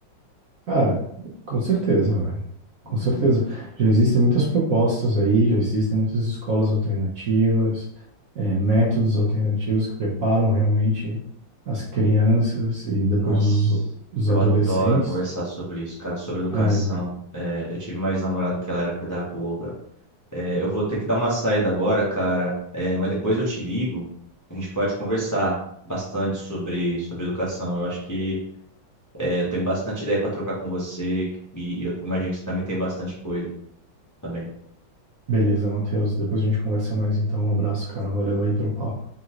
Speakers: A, on the right; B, on the left.
A: Cara, com certeza, velho.
B: Uhum.
A: Com certeza. Já existem muitas propostas aí, já existem muitas escolas alternativas, eh, métodos alternativos que preparam realmente as crianças e depois
B: Nossa,
A: os, os
B: eu
A: adolescentes.
B: adoro conversar sobre isso, cara, sobre educação.
A: É, velho.
B: É, eu tive uma ex-namorada que ela era pedagoga. É, eu vou ter que dar uma saída agora, cara, é, mas depois eu te ligo. A gente pode conversar bastante sobre, sobre educação. Eu acho que é, eu tenho bastante ideia para trocar com você e, eu imagino que você também tem bastante coisa também.
A: Beleza, Matheus. Depois a gente conversa mais, então. Um abraço, cara. Valeu aí pelo papo.